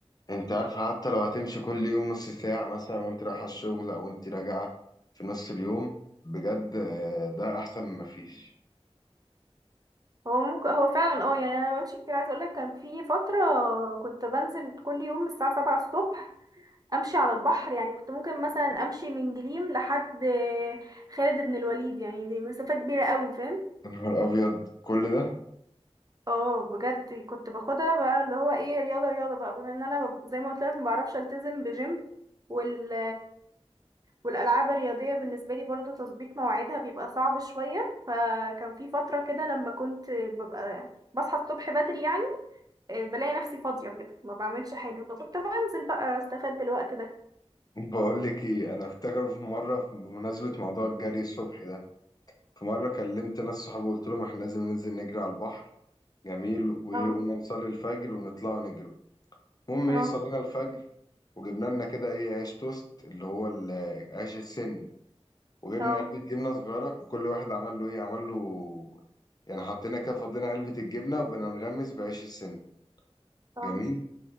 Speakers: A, on the left (about 35°); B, on the right (about 35°).
A: انت عارفة حتى لو هتمشي كل يوم نص ساعة مثلا وانت رايحة الشغل او انت راجعة في نص اليوم بجد آه، ده احسن ما فيش
B: هو ممكن هو فعلا اه يعني انا بمشي كتير عايزه اقولك كان في فتره كنت بنزل كل يوم الساعه سبعة الصبح امشي على البحر يعني كنت ممكن مثلا امشي من جليم لحد خالد بن الوليد يعني دي مسافة كبيرة قوي فاهم
A: يا نهار ابيض كل ده
B: اه بجد كنت باخدها بقى اللي هو ايه رياضة رياضة بقى بما ان انا ب- زي ما قلت لك ما بعرفش التزم بجيم وال والالعاب الرياضية بالنسبة لي برضو تظبيط مواعيدها بيبقى صعب شوية فكان في فترة كده لما كنت ببقى بصحى الصبح بدري يعني آه، بلاقي نفسي فاضية كده ما بعملش حاجة فكنت بنزل بقى استفاد بالوقت ده
A: بقول لك ايه انا افتكر في مره في- بمناسبه موضوع الجري الصبح ده في مره كلمت ناس صحابي وقلت لهم احنا لازم ننزل نجري على البحر جميل وايه
B: اه
A: قلنا نصلي الفجر ونطلع نجري المهم
B: اه
A: ايه صلينا الفجر وجبنا لنا كده ايه عيش توست اللي هو ال- عيش السن وجبنا
B: اه
A: علبه جبنه صغيره وكل واحد عمل له ايه عمل له يعني حطينا كده فضينا علبه الجبنه وبنغمس بعيش السن
B: اه
A: جميل